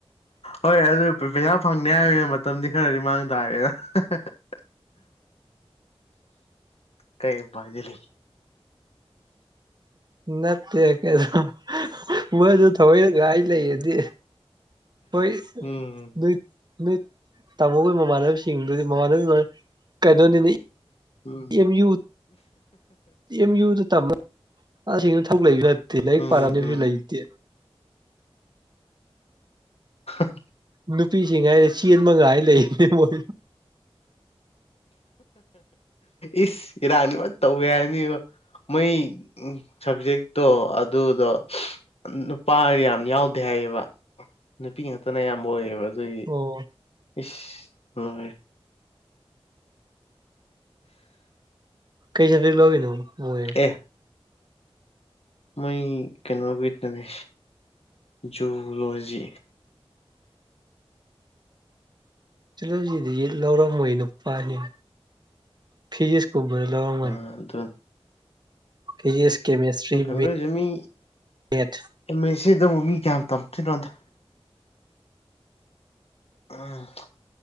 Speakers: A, on the left (about 75°); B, on the right (about 45°).
A: ꯍꯣꯏ ꯑꯗꯨ ꯄꯩ ꯄꯩꯁꯥ ꯐꯪꯅꯤ ꯍꯥꯏꯕꯅꯤꯅ ꯃꯇꯝꯗꯤ ꯈꯔꯗꯤ ꯃꯥꯡ ꯇꯥꯔꯦꯅ <unintelligible> ꯀꯩ ꯎꯄꯥꯏꯗꯤ ꯂꯩ
B: ꯅꯠꯇꯦ ꯀꯩꯅꯣ <unintelligible> ꯃꯣꯏꯁꯨ ꯊꯧꯋꯣꯏꯅ ꯉꯥꯏ ꯂꯩꯔꯗꯤ ꯄꯩꯁꯥ
A: ꯎꯝ
B: ꯅꯣꯏ ꯅꯣꯏ ꯇꯥꯃꯣꯒꯤ ꯃꯃꯥꯟꯅꯕꯤꯁꯤꯡꯗꯨꯗꯤ ꯃꯃꯥꯟꯅꯕꯤ ꯂꯣꯏ ꯀꯩꯅꯣꯅꯤꯅꯦ
A: ꯎꯝ
B: ꯑꯦꯝ ꯌꯨ ꯑꯦꯝ ꯌꯨꯗ ꯇꯝꯕ ꯑꯥꯁꯤꯅ ꯊꯕꯛ ꯂꯩꯕꯖꯨ ꯅꯠꯇꯦ ꯂꯥꯏꯔꯤꯛ
A: ꯎꯝ
B: ꯄꯥꯔꯝꯅꯦꯁꯨ
A: ꯎꯝ
B: ꯂꯩꯇꯦ
A: <unintelligible>
B: ꯅꯨꯄꯤꯁꯤꯡ ꯍꯥꯏꯔꯦ ꯆꯦꯟꯕ ꯉꯥꯏ ꯂꯩꯕꯅꯦ ꯃꯣꯏ
A: ꯏꯁ ꯏꯔꯥꯡꯗꯤ ꯐꯖꯅ ꯇꯧꯋꯦ ꯍꯥꯏꯕꯅꯤꯕꯣ ꯃꯣꯏ ꯁꯕꯖꯦꯛꯇꯣ ꯑꯗꯨꯗꯣ ꯅꯨꯄꯥ ꯌꯥꯝ ꯌꯥꯎꯗꯦ ꯍꯥꯏꯌꯦꯕ ꯅꯨꯄꯤ ꯉꯥꯛꯇꯅ ꯑꯌꯥꯝꯕ ꯑꯣꯏꯌꯦꯕ ꯑꯗꯨꯒꯤ
B: ꯑꯣ
A: ꯏꯁ ꯍꯣꯏ
B: ꯀꯩ ꯁꯕꯖꯦꯛ ꯂꯧꯋꯤꯅꯣ ꯃꯣꯏ
A: ꯑꯦ ꯃꯣꯏ ꯀꯩꯅꯣꯒꯤꯗꯨꯅꯦ ꯖꯨꯂꯣꯖꯤ
B: ꯖꯨꯂꯣꯖꯤꯗꯤ ꯂꯧꯔꯝꯃꯣꯏ ꯅꯨꯄꯥꯅꯤ ꯐꯤꯖꯤꯛꯁ ꯀꯨꯝꯕ ꯂꯧꯔꯝꯒꯅꯤ
A: <unintelligible>
B: ꯐꯤꯖꯤꯛꯁ ꯀꯦꯃꯦꯁꯇ꯭ꯔꯤ
A: ꯑꯗꯨꯏꯁꯨ
B: ꯃꯦ
A: ꯃꯤ
B: ꯃꯦꯠ
A: ꯑꯦꯝ ꯃꯦ ꯁꯤꯗꯕꯨ ꯃꯤ ꯀꯌꯥꯝ ꯇꯝꯃꯛ ꯇꯨꯏꯅꯣꯗ ꯎꯝ